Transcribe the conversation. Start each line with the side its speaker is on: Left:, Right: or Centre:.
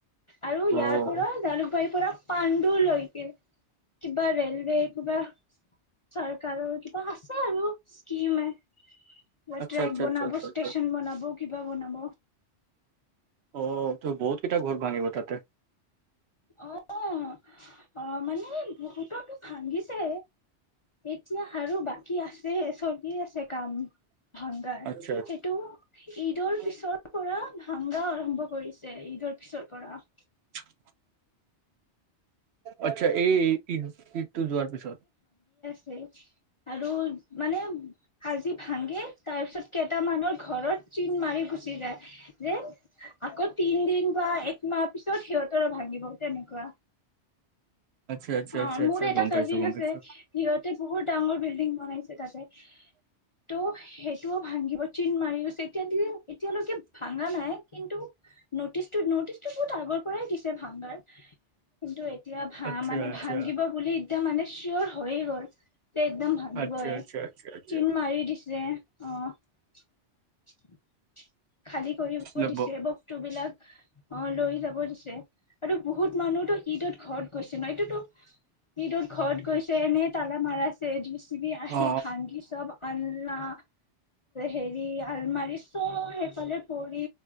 Left: আৰু ইয়াৰ
Right: অ অ'
Left: পৰা জালুকবাৰী পুৰা পাণ্ডুলৈকে কিবা ৰেলৱে কিবা চৰকাৰৰ কিবা আছে আৰু স্কিমে কিবা
Right: আচ্ছা
Left: ট্ৰেক
Right: আচ্ছা
Left: বনাব,
Right: আচছা আচছা
Left: ষ্টেচন বনাব কিবা বনাব।
Right: অ' তই বহুত কেইটা ঘৰ ভাঙিব তাতে।
Left: অ' অ' মানে বহুত। ভাঙিছে এতিয়া আৰু বাকী আছে চলি আছে কাম। ভাগাৰ
Right: আচ্ছা
Left: সেইটো ঈদৰ
Right: আচ্ছা
Left: পিছৰ পৰা মাংগা ও <inaudible> আৰম্ভ কৰিছে ঈদৰ পিছৰ পৰা।
Right: অ' আচ্ছা এই ইঈ ইঈদটো যোৱাৰ পিছত।
Left: উম আৰু মানে আাজি ভাাগে তাৰপিছত। কেইটা মানুহৰ ঘৰত চিন মাৰি গুচি যায় যে আকৌ তিন দিন বা মাৰ পিছত সিহঁতৰ ভাবিব। তেনেকুৱা।
Right: আচ্ছা আচ্ছা
Left: অ
Right: আচ্ছা
Left: মোৰ
Right: আচ্ছা
Left: এটা
Right: গম
Left: কাজিন
Right: পাইছো গম
Left: আছে,
Right: পাইছো
Left: সিহঁতে বহুত ডাঙৰ বিল্ডিং বনাইছে তাতে। টো <unintelligible> ও ভাঙিব চিন মাৰি গৈছে, এতিয়ালে এতিয়ালৈকে ভ ভঙা নাই কিন্তু নতিচটো নটিচ টো বহুত আগৰ পৰাই দিছে ভঙাৰ কিন্তু এতিয়া ভা
Right: আচ্ছা
Left: মানে
Right: আচ্ছা
Left: ভাঙিব বুলি একদম মানে চিয়ৰ হৈয়ে গল। যে একদম ভাঙিবই
Right: আচ্ছা আচ্ছা আচ্ছা আচ্ছা
Left: চিন মাৰি দিছে অ। <unintelligible> খালী কৰিব
Right: যাব।
Left: দিছে বস্তু বিলাক। অ লৈ যাব দিছে আৰু বহুত মানুহতো ঈদত ঘৰত গৈছে ন। এইটোতো ঈদত ঘৰত গৈছে এনেই তালা মাৰা আছে। চ যি চি বি আহি
Right: অ অ অ
Left: ভাগি চব আনা হেৰি আলমাৰি চই সফালে পৰি